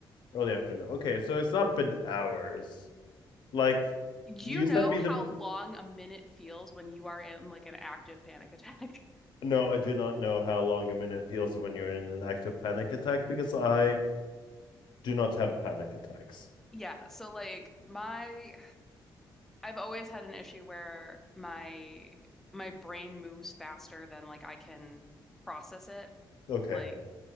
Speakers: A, on the left; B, in the centre.
A: early afternoon? Okay, so it's not been hours. Like
B: You
A: you
B: know
A: send me
B: how
A: the.
B: long a minute feels when you are in like an active panic attack. <laughs>
A: No, I do not know how long a minute feels when you're in an active panic attack because I do not have panic attacks.
B: Yeah, so like my I've always had an issue where my my brain moves faster than like I can process it.
A: Okay,
B: Like